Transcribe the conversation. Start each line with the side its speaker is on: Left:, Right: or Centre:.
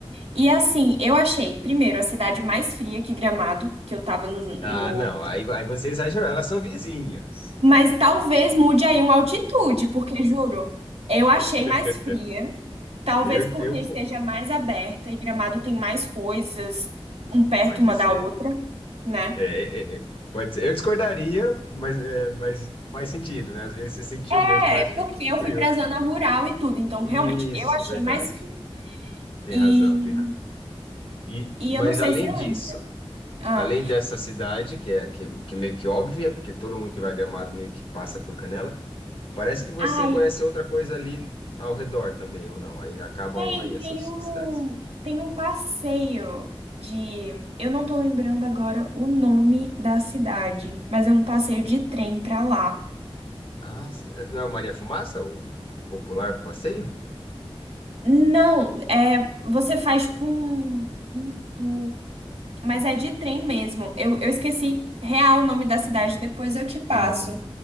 Right: E assim, eu achei, primeiro, a cidade mais fria que Gramado, que eu tava no,
Left: Ah,
Right: no...
Left: não, aí, aí você exagerou. Elas são vizinhas.
Right: Mas talvez mude aí uma altitude, porque juro, eu achei
Left: <laughs>
Right: mais fria. Talvez
Left: Eu,
Right: porque
Left: eu,
Right: esteja mais aberta e Gramado tem mais coisas um perto
Left: pode
Right: uma
Left: ser.
Right: da outra, né?
Left: É, é, é, pode ser. Eu discordaria, mas, é, mas faz sentido, né? Às vezes você sentiu
Right: É,
Left: mesmo mais
Right: porque
Left: frio. Que
Right: eu
Left: curioso.
Right: fui pra zona rural e tudo, então
Left: Isso,
Right: realmente eu achei
Left: verdade.
Right: mais frio.
Left: Tem
Right: E,
Left: razão, tem razão. E,
Right: e
Left: mas
Right: eu não sei
Left: além
Right: se você
Left: disso,
Right: lembra. Ah,
Left: além dessa cidade, que é que, que meio que óbvia, porque todo mundo que vai a Gramado meio que passa por Canela, Parece que você
Right: ai,
Left: conhece outra coisa ali ao redor também, ou não? Aí acabam
Right: Tem,
Left: aí essas
Right: tem um,
Left: as cidades.
Right: tem um passeio de. Eu não tô lembrando agora o nome da cidade, mas é um passeio de trem pra lá.
Left: Ah, c- não é o Maria Fumaça, o popular passeio?
Right: Não, é, você faz tipo um, um tour, mas é de trem mesmo. Eu, eu esqueci real o nome da cidade, depois eu te passo.
Left: Uhum.